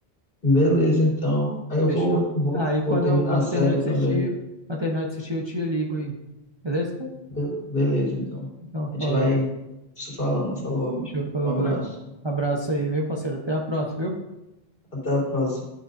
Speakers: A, on the left; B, on the right.
A: Beleza, então. Aí eu
B: Fechou?
A: vou, vou,
B: Aí quando
A: vou terminar
B: eu, quando
A: a série
B: eu terminar de
A: também.
B: assistir, quando eu terminar de assistir, eu te ligo aí. Beleza?
A: Be- Beleza, então.
B: Então,
A: A gente
B: falou.
A: vai se falando. Falou, amigo.
B: show falou,
A: Um abraço.
B: valeu. Abraço aí, viu, parceiro? Até a próxima, viu?
A: Até a próxima.